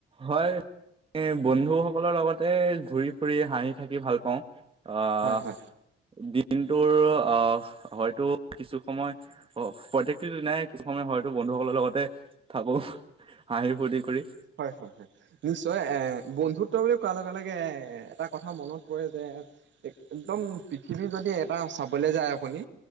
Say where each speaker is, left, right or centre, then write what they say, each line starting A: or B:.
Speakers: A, on the right (about 25°); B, on the right (about 65°).
A: হয় বন্ধুসকলৰ লগতে ঘূৰি ফুৰি হাঁহি থাকি ভাল পাওঁ অ
B: হয় হয়।
A: দিনটোৰ অ হয়তো কিছু সময় পৈতেক নাই কিছু সময় হয় ত বন্ধুসকলৰ লগতে থাকো হাঁহি ফূৰ্তি কৰি
B: হয় হয় হয় নিশ্চয় এ বন্ধুত্ব বুলি কোৱা লগে লগে গে এটা কথা মনত পৰে যে এক একদম পৃথিৱী যদি এটা চাবলৈ যায় আপুনি